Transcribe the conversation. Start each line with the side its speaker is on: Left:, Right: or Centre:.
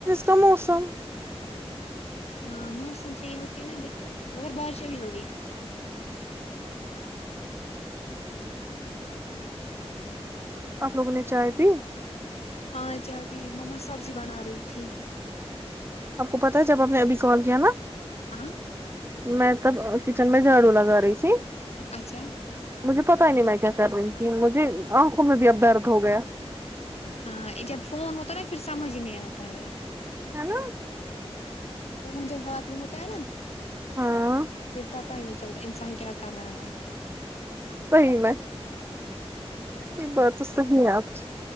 Right: سموسا
Left: ہاں موسم سےی یہ ہوتی ہے نا دیکھو مگر بارشیں بھی ہوگی
Right: آپ لوگوں نے چاہے تھی
Left: ہاں جاب مما سبزی بنا رہی تھی
Right: آپ کو پت جب آپ نے ابھی کال کیا نا
Left: ہاں
Right: میں سب کچن میں جھاڑو لگا رہی ت
Left: اچھا
Right: مجھے پتا نہیں میں کیا کر رہی ہوں کی مجھے آنکھوں میں بھی اب درد ہو گیا
Left: ہاں جب فون ہوتا ہے نا پھر سمجھ ہی نہیں آتا ہے
Right: ہیلو
Left: ا جب ہات میں ہوتا ہے نا
Right: ہاں
Left: پھر پتا ہی نہیں چلتا انسان کیا کر رہا ہے
Right: صی میں یہ باتات تو سنی ہے آپ کی